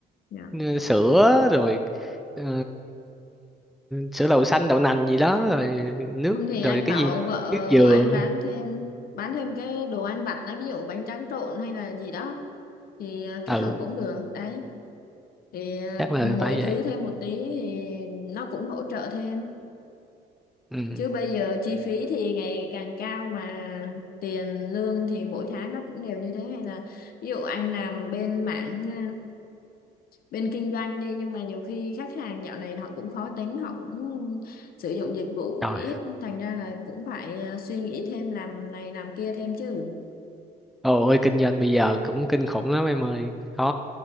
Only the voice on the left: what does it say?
dạ.
không thì
anh
bảo
vợ
anh bán thêm bán thêm cái đồ ăn vặt đó ví dụ bánh tráng trộn hay là gì đó thì ờ, kết
hợp cũng được đấy thì ờ,
mỗi
thứ thêm một tí thì nó cũng hỗ trợ thêm
chứ bây giờ chi phí thì ngày càng cao mà tiền lương thì mỗi tháng nó cũng đều như thế hay là ví dụ anh làm bên mảng ờ, bên kinh doanh đi nhưng mà nhiều khi khách hàng dạo này họ cũng khó tính họ cũng sử dụng dịch vụ cũng
ít thành ra là cũng phải ờ, suy nghĩ thêm làm này làm kia thêm chứ